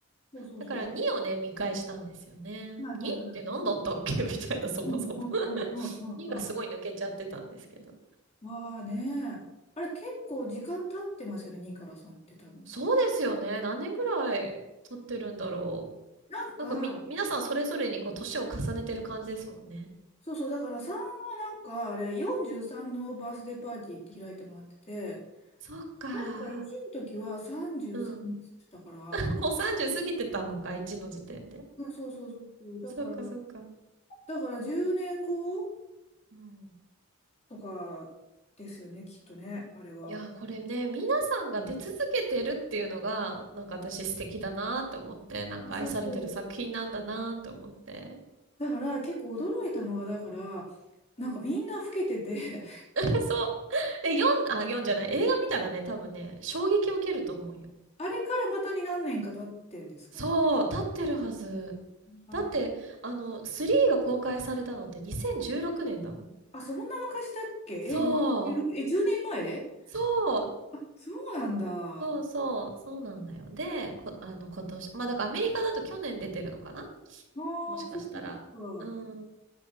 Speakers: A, on the left; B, on the right.
A: そうそうそうそ
B: だから2をね、見返したんですよね。
A: う。はいはいはい。
B: 2って何だったっけ <laughs> みたいな、そもそも
A: うんうんうんうんうんうん。
B: <laughs> 2がすごい抜けちゃってたんですけど。
A: わあねあれ結構時間経ってますよね、2から3って多分。
B: そうですよね。何年ぐらい経ってるんだろう。
A: なんか、
B: なんかみ、皆さんそれぞれにこう、年を重ねてる感じですもんね。
A: そうそう、だから3はなんかあれ43のバースデーパーティーって開いてもらってて、
B: そっか。
A: 確か1の時は33って言ってたから、
B: うん。<laughs> もう30過ぎてたのか、1の時点で。
A: うん、そうそうそうそう、だから、
B: そうか、そうか。
A: だから10年後
B: うん。
A: とかですよね、きっとね、あれは。
B: いやー、これね、皆さんが出続けてるっていうのが、なんか私素敵だなと思って、なんか愛されてる作品なんだなと思って。
A: あ、そうそう。だから結構驚いたのが、だから、なんかみんな老けてて
B: うん。<laughs> そう。え、読ん、あ、読んじゃない。映画見たらね、多分ね、衝撃を受けると思うよ。
A: <laughs> あれからまたに何年か経ってんですかね。
B: そう、立ってるはず。
A: あ、
B: だって、あの、3が公開されたのって2016年だもん。
A: あ、そんな昔だっけえ、
B: そ
A: 2016、
B: う、
A: え、10年前
B: そう、
A: あ、そうなんだ。あ
B: そうそう、そうなんだよ。で、こ、あの、今年、まあだからアメリカだと去年出てるのかな
A: あ、
B: もしかしたら。
A: そっかそっか。
B: うん。